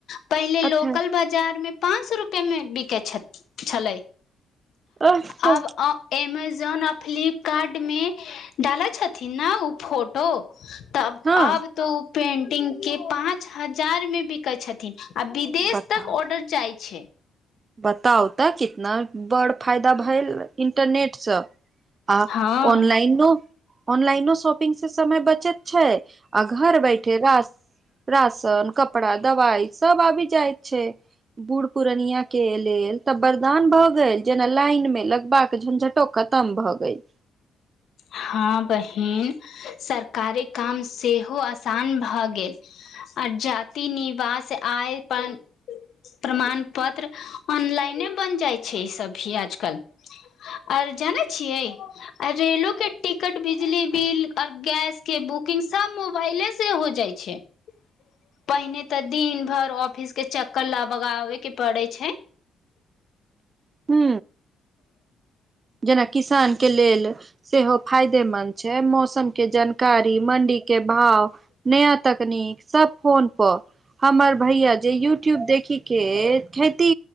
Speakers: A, on the left (about 65°); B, on the right (about 35°).
A: पहिले
B: अच्छा
A: लोकल बाजार में पाँंच सए रुपआ मे बिके छथि छलै
B: अच्छा
A: आब एमेजोन आ फ्लिपकार्ट मे डालै छथिन न ओ फोटो तऽ आब
B: हँ
A: तो ओ पेंटिंग के पाच हजार मे बिकै छथिन आ विदेश
B: बताउ
A: तक ऑर्डर जाय छैय
B: बताउ तऽ कितना बड़ फायदा भेल इंटरनेटसँ आ
A: हँ
B: ऑनलाइनो ऑनलाइनो शॉपिंग से समय बचैत छैय आ घर बैठे राशन कपड़ा दवाई सब आबि जायत छै बूढ़ पुरनिया के लेल तऽ वरदान भऽ गेल गेल जेना लाइन मे लगबाक झंझटो खतम भऽ गेल
A: हँ बहिन सरकारी काम सेहो आसान भए गेल आ जाति निवास आय अपन। प्रमाण पत्र ऑनलाइने बन जाइ छै, ई सभ भी आजकल आर जानै छियै लोक के टिकट बिजली बिल आऔर गैस के बुकिंग सभ मोबाइले से हो जाय छै। पहिने त दिन भर ऑफिस के चक्कर लबगाबे के पड़े छै
B: हू। जेना किसान के लेलऽ सेहो फायदे मंन्द छै, मौसम के जानकारी मण्डी के भाव नया तकनीक सभ फोन पर हमर भैया जे यूट्यूब देखके खेती